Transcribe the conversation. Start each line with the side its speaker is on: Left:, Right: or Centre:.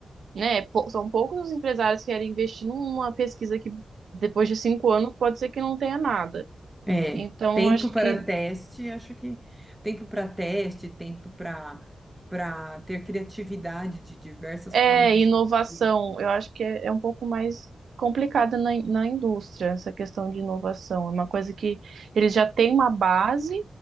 Right: né? pou- São poucos os empresários que querem investir numa pesquisa que depois de cinco anos pode ser que não tenha nada.
Centre: É,
Right: Então,
Centre: tempo
Right: acho
Centre: para
Right: que
Centre: teste, acho que tempo para teste, tempo para para ter criatividade de diversas
Right: é
Centre: formas de
Right: inovação,
Centre: se fazer.
Right: eu acho que é, é um pouco mais complicada na, in- na indústria, essa questão de inovação. É uma coisa que eles já têm uma base